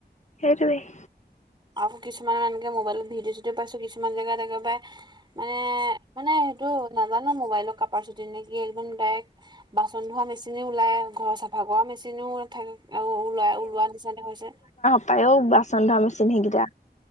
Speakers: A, on the left; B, on the right.
A: সেইটো কি
B: আকৌ কিছুমান এনেকে মোবাইলত ভিডিঅ' চিডিঅ' পাইছো কিছুমান জেগাত একেবাৰে মানে মানে সেইটো নাজানো মোবাইলৰ কাপাৰ চুটি নে একদম ডাইৰেক্ট বাচন ধোৱা মেচিনও ওলাই ঘৰৰ চাফা কৰা মেচিনও থাকে আৰু ওলোৱা ওলোৱা নিচিনা হৈছে
A: পায় অ বাচন ধোৱা মেচিন সেইকেইটা